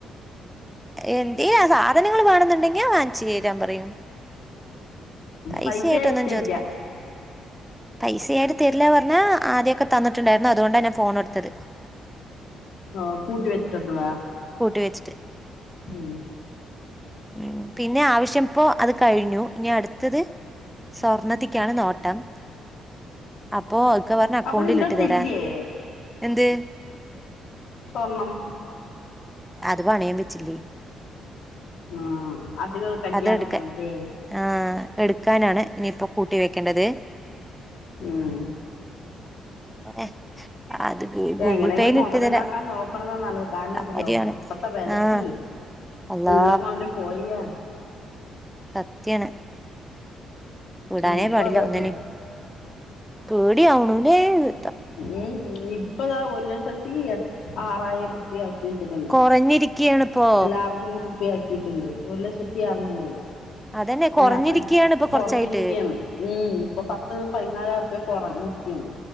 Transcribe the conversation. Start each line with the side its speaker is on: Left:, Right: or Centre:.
Centre: എന്ത് ചെയ്യാ സാധനങ്ങൾ വേണെന്നുണ്ടെങ്കി വാങ്ങിച്ചു തരാൻ പറയും പൈസയായിട്ടൊന്നും
Left: പൈസ ആയിട്ട് തരില്ല
Centre: ചോദിക്കില്ല പൈസയായിട്ട് തരില്ലാ പറഞ്ഞാ ആദ്യമൊക്കെ തന്നിട്ടുണ്ടായിരുന്നു അതുകൊണ്ടാ ഞാൻ ഫോൺ എടുത്തത്
Left: ആഹ് കൂട്ടി വെച്ചിട്ടുണ്ടല്ലേ
Centre: കൂട്ടി വെച്ചിട്ട്
Left: ഉം
Centre: ഉം പിന്നെ ആവശ്യം ഇപ്പോ അത് കഴിഞ്ഞു ഇനി അടുത്തത് സ്വർണ്ണത്തിക്കാണ് നോട്ടം അപ്പോ ഇക്ക പറഞ്ഞു അക്കൗണ്ടിൽ
Left: അപ്പൊ നിന്റെ
Centre: ഇട്ട്
Left: അടുത്ത്
Centre: തരാൻ
Left: ഇല്ലേ
Centre: എന്ത്
Left: സ്വർണം
Centre: അത് പണയം വെച്ചില്ലേ
Left: ആഹ് അത് കള് കല്യാണത്തിനല്ലേ
Centre: അത് എടുക്കാ ആഹ് എടുക്കാനാണ് ഇനിയിപ്പോ കൂട്ടി വെക്കേണ്ടത്
Left: ഉം
Centre: ഏഹ് അത് ഗൂഗിൾ
Left: എങ്ങനെയെങ്കിലും
Centre: പേയിൽ
Left: മുതലുണ്ടാക്കാൻ
Centre: ഇട്ട് തരാം
Left: നോക്കണാതാ നല്ലത് ന്താന്നറിയോ
Centre: കാര്യാണ്
Left: ഇപ്പഴത്തെ വെലക്കി
Centre: ആഹ് അള്ളാ
Left: ഉള്ള മുതലും പോയാ
Centre: സത്യാണ് വിടാനെ
Left: നമുക്കും
Centre: പാടില്ല
Left: അതാ
Centre: ഒന്നിനേം
Left: പോയി
Centre: പേടിയാവുണൂല്ലെ ന്ന്
Left: ഉം ഇപ്പതാ ഒരു ലക്ഷത്തി എ ആറായിരം പി ആക്കി വെച്ച്ട്ടുണ്ട്
Centre: കൊറഞ്ഞിരിക്കയാണ് ഇപ്പോ
Left: എല്ല അറുനൂറുപ്പി ആക്കീട്ടുണ്ട് ഒരു ലക്ഷത്തി അറ്നൂറ്
Centre: അതന്നെ കൊറഞ്ഞിരിക്കയാണ്
Left: ആഹ് അത്
Centre: ഇപ്പൊ കൊറച്ചായിട്ട്
Left: കൊറഞ്ഞിരിക്കയാണ് ഉം ഇപ്പൊ പത്ത് പതിനാലായിറുപ്യ കൊറഞ്ഞിരിക്കയാണ്